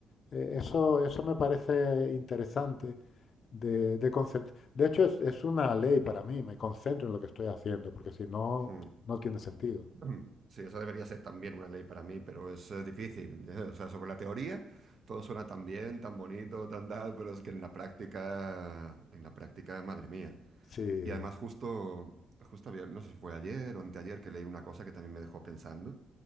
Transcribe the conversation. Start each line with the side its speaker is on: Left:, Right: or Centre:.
Left: eh, eso, eso me parece interesante de, de concent- De hecho, es, es una ley para mí, me concentro en lo que estoy haciendo, porque si no,
Right: mm,
Left: no tiene sentido.
Right: Mm, Sí, esa debería ser también una ley para mí, pero es eh, difícil. ¿eh? O sea, sobre la teoría, todo suena tan bien, tan bonito, tan tal, pero es que en la práctica, en la práctica, madre mía.
Left: Sí,
Right: Y además justo, justo había, no sé si fue ayer o anteayer que leí una cosa que también me dejó pensando,